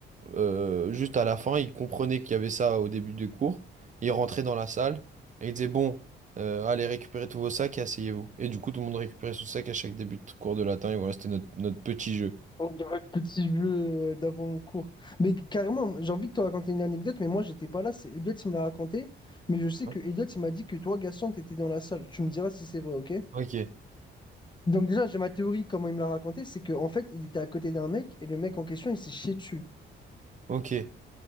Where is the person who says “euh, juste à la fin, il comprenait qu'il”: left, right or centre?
Right